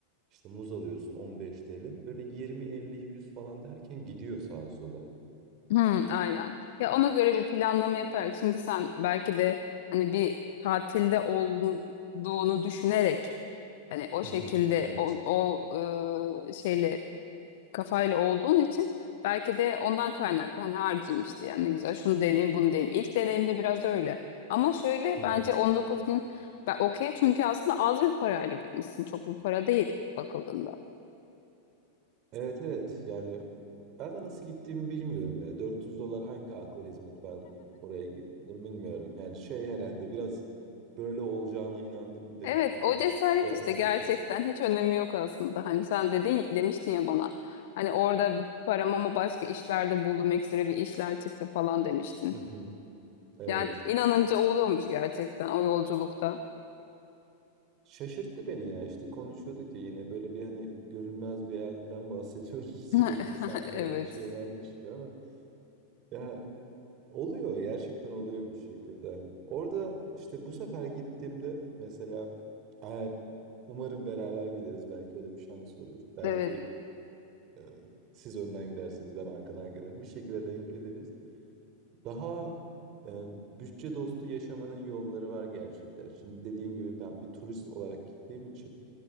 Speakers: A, on the right; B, on the left.
A: işte muz alıyorsun 15 TL. Böyle 20-50-100 falan derken gidiyor sağa sola.
B: Hı, aynen. Ya ona göre bir planlama yaparak şimdi sen belki de hani bir tatilde olduğunu düşünerek hani o
A: Hı
B: şekilde
A: hı, evet.
B: o, o e, şeyle kafayla olduğun için belki de ondan kaynaklı hani harcayayım işte yani ne güzel şunu deneyim bunu deneyim. İlk deneyimde biraz öyle. Ama şöyle
A: <laughs>
B: bence 19 gün ben okey çünkü aslında az bir parayla gitmişsin. Çok bir para değil bakıldığında.
A: Evet evet yani ben de nasıl gittiğimi bilmiyorum ya. 400 dolar hangi akla hizmet ben oraya gittim bilmiyorum. Yani şey herhalde biraz böyle olacağına inandım ve
B: Evet,
A: gittim
B: o cesaret
A: ve
B: işte
A: oldu.
B: gerçekten hiç önemi yok aslında. Hani sen dedin demiştin ya bana. Hani orada bir param ama başka işlerde buldum ekstra bir işler çıktı falan demiştin.
A: <laughs> Evet.
B: Yani inanınca oluyormuş gerçekten o yolculukta.
A: Şaşırttı beni ya işte konuşuyorduk ya yine böyle bir hani görünmez bir yerden bahsediyoruz <laughs>
B: <laughs>
A: sürekli sanki
B: Evet.
A: öyle bir şey varmış gibi ama ya Oluyor gerçekten oluyor bir şekilde. Orada işte bu sefer gittiğimde mesela eğer umarım beraber gideriz belki öyle bir şans olur. Belki
B: Evet.
A: e, siz önden gidersiniz ben arkadan giderim. Bir şekilde denk geliriz. Daha e, bütçe dostu yaşamanın yolları var gerçekten. Şimdi dediğim gibi ben bir turist olarak gittiğim için